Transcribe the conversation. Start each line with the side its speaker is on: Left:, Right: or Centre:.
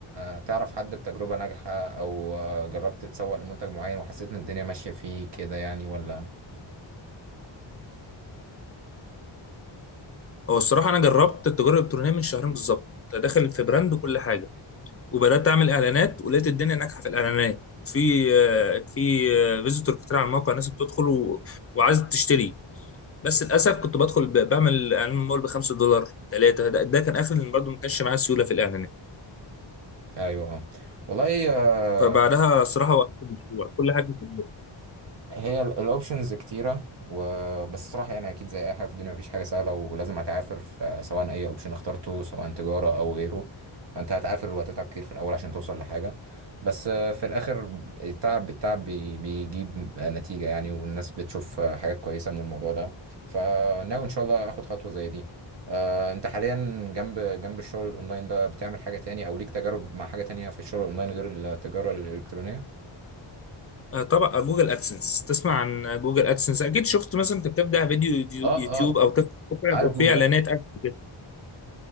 Right: آه، تعرف حد بتجربه ناجحه او آه، جربت تسوق لمنتج معين وحسيت ان الدنيا ماشيه فيه كده يعني ولا
Left: هو الصراحة أنا جربت التجارة الإلكترونية من شهرين بالظبط كنت داخل في براند وكل حاجة وبدأت أعمل إعلانات ولقيت الدنيا ناجحة في الإعلانات وفي آه، في فيزيتور كتير على الموقع ناس بتدخل و... وعايزة تشتري بس للأسف كنت بدخل ب... بعمل إعلان مول بخمسة دولار ثلاثة ده, ده كان آخر اللي برضه ما كانش معايا سيولة في الإعلانات
Right: ايوه اه والله آه،
Left: فبعدها الصراحة وقفت المشروع كل حاجة في البيت.
Right: هي الاوبشنز كتيره وبس صراحه يعني اكيد زي اي حاجه في الدنيا مفيش حاجه سهله ولازم هتعافر فسواء اي اوبشن اخترته سواء تجاره او غيره فانت هتعافر وهتتعب كتير في الاول عشان توصل لحاجه بس آه، في الاخر التعب التعب بي- بيجيب نتيجه يعني والناس بتشوف آه، حاجات كويسه من الموضوع ده فناوي ان شاء الله اخد خطوه زي دي آه، انت حاليا جنب جنب الشغل الاونلاين ده بتعمل حاجه تاني او ليك تجارب مع حاجه تانية في الشغل الاونلاين غير التجاره الالكترونيه
Left: آه، طبعا جوجل أدسنس تسمع عن جوجل أدسنس أكيد شفت مثلا أنت بتبدأ فيديو
Right: اه
Left: يوتيوب
Right: اه
Left: أو تفتح موقع
Right: عارف
Left: بيبقى
Right: جوجل
Left: فيه إعلانات أدسنس